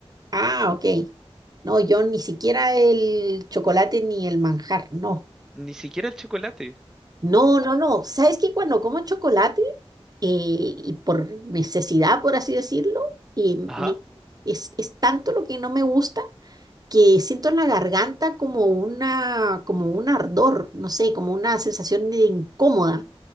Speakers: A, on the right; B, in the centre.
A: Ah, ok. No, yo ni siquiera el chocolate ni el manjar, no.
B: Ni siquiera el chocolate.
A: No, no, no. ¿Sabes que cuando como chocolate eh, y por necesidad, por así decirlo, eh,
B: Ajá.
A: me- es, es tanto lo que no me gusta que siento en la garganta como una, como un ardor, no sé, como una sensación de incómoda.